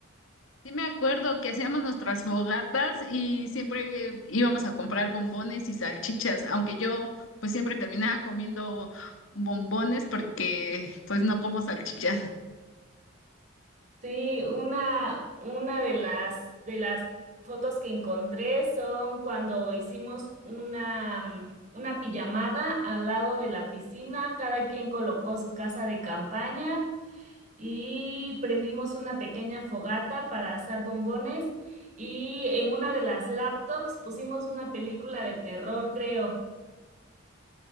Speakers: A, on the left; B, on the right.
A: Sí me acuerdo que hacíamos nuestras fogatas y siempre eh, íbamos a comprar bombones y salchichas, aunque yo pues siempre terminaba comiendo bombones porque pues no como salchichas.
B: Sí, una, una de las, de las fotos que encontré son cuando hicimos una, mm, una pijamada al lado de la piscina, cada quien colocó su casa de campaña y prendimos una pequeña fogata para asar bombones y en una de las laptops pusimos una película de terror, creo.